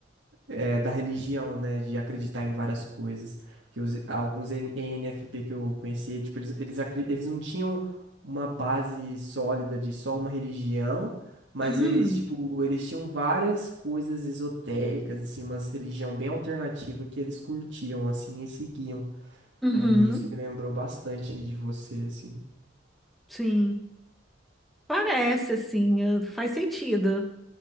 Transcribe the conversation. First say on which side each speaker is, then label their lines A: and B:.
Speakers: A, on the right; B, in the centre.
A: é, da religião, né? De acreditar em várias coisas. Que os- alguns EN- ENFP que eu conhecia, tipo, eles, eles, acre- eles não tinham uma base sólida de só uma religião, mas
B: Uhum.
A: eles, tipo, eles tinham várias coisas esotéricas, assim, umas religião bem alternativa que eles curtiam, assim, e seguiam.
B: Uhum.
A: Aí isso me lembrou bastante de você, assim.
B: Sim. Parece assim. eh, Faz sentido.